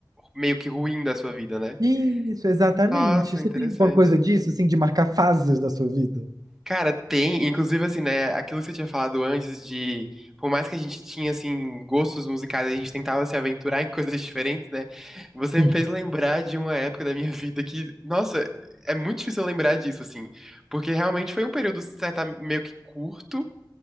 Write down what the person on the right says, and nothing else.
Isso, exatamente.
Você
tem alguma coisa disso, assim, de marcar fases da sua vida?
Sim.